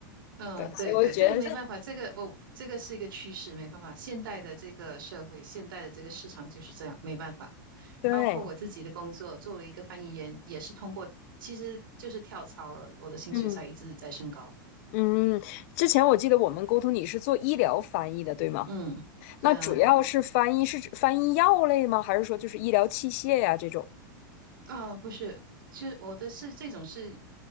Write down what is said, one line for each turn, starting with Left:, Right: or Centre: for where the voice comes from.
Right: 嗯，
Left: 对，
Right: 对对，
Left: 所以我觉得
Right: 这没办法，这个我、这个是一个趋势，没办法。现代的这个社会，现代的这个市场就是这样，没办法。
Left: <laughs> 对，
Right: 包括我自己的工作，作为一个翻译员，也是通过，其实就是跳槽了，我的薪水才一直在升高。
Left: 嗯嗯。之前我记得我们沟通你是做医疗翻译的，对吗？
Right: 嗯，对啊。
Left: 那主要是翻译，是指翻译药类吗？还是说就是医疗器械呀、这种？
Right: 啊，不是，其实我的是这种是